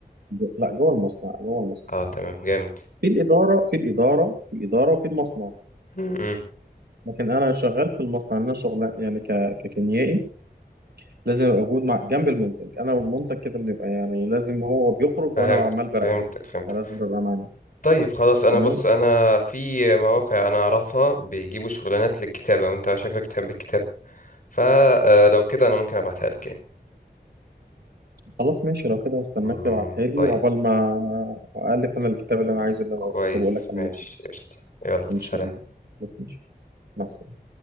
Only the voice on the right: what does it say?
ج- لا جوه المصنع جوه المصنع
في الإدارة في الإدارة في الإدارة وفي المصنع
لكن أنا شغال في المصنع أنا شغل يعني ك... ككيميائي لازم أبقى موجود مع جنب المنتج أنا والمنتج كده بنبقى يعني لازم هو بيخرج
وأنا عمال براقبه
فلازم ببقى معاه
تمام
خلاص ماشي لو كده هستناك
تبعتها لي
وعقبال ما ألف أنا الكتاب اللي أنا عايزه اللي
أنا كنت بقول لك عليه
ده.
إن
شاء الله خلاص ماشي مع السلامة